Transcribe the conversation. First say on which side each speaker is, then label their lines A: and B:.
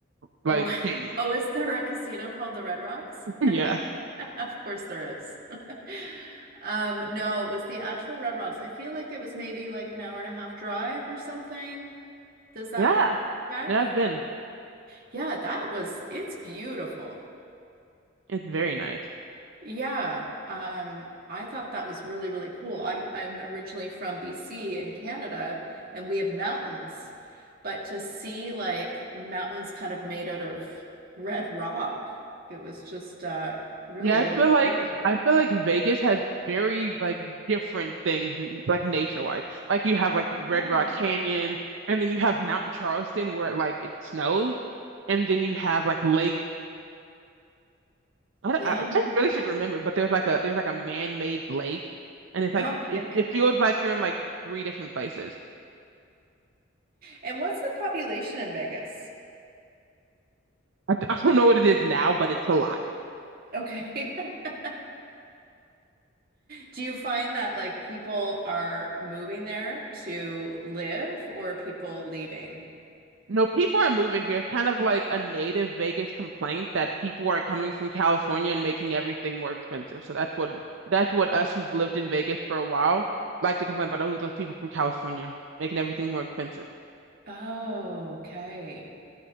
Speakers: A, on the right; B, on the right.
A: like
B: Oh,
A: canyon?
B: <laughs> oh, is there a casino called the Red Rocks?
A: <laughs>
B: <laughs>
A: Yeah.
B: Of course there is. <laughs> Um, no, it was the actual Red Rocks. I feel like it was maybe like an hour and a half drive or something. Does that
A: Yeah.
B: check?
A: Yeah, I've been.
B: Yeah, that was, it's beautiful.
A: It's very nice.
B: Yeah, um, I thought that was really, really cool. I'm I'm originally from BC in Canada, and we have mountains, but to see like mountains kind of made out of red rock, it was just uh, really,
A: Yeah,
B: really
A: I feel like
B: cool.
A: I feel like Vegas has very like different things n- like nature-wise. Like you have like Red
B: Yeah,
A: Rock Canyon and then you have Mount Charleston where it, like it snows and then you have like Lake I, don't-
B: yeah.
A: I, I really should remember but there's like a there's like a man-made lake and it's like
B: Okay.
A: it, it feels
B: <laughs>
A: like you're in like three different places.
B: And what's the population in Vegas?
A: I, <laughs> I don't know what it is now but it's a lot.
B: Okay. <laughs> Do you find that like people are moving there to live or people leaving?
A: No, people are moving here. It's kind of like a native Vegas complaint that people are coming from California and making everything more expensive. So that's what that's what us who've lived in Vegas for a while like to complain about. Oh, those people from California making everything more expensive.
B: Oh, okay.